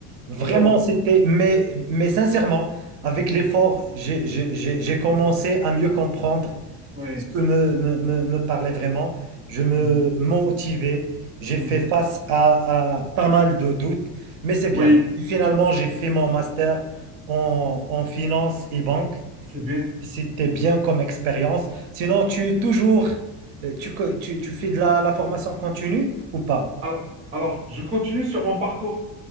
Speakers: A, on the right; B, on the right.
A: Vraiment,
B: Oula.
A: c'était... Mais, mais sincèrement, avec
B: Mhm.
A: l'effort, j'ai j'ai- j'ai- j'ai commencé à mieux comprendre
B: Oui.
A: ce que me, me, me, me parlait vraiment. Je me
B: Mhm.
A: motivais. J'ai
B: Mhm.
A: fait face à, à pas mal de doutes, mais c'est bien.
B: Oui,
A: Finalement, j'ai fait mon master en, en finance et banque.
B: c'est bien.
A: C'était bien comme expérience. Sinon, tu es toujours, euh, tu, co- tu, tu fais de la, la formation continue ou pas?
B: Alors, alors, je continue sur mon parcours.